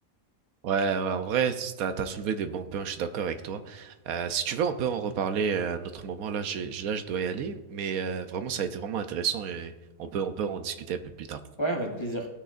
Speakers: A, on the right; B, on the left.
A: Ouais, ouais, en vrai, c'est- t'as, t'as soulevé des bons points, je suis d'accord avec toi. Euh, si tu veux, on peut en reparler euh, à un autre moment. Là, je, je- là, je dois y aller, mais euh, vraiment, ça a été vraiment intéressant et on peut, on peut en discuter un peu plus tard.
B: Ouais, avec plaisir.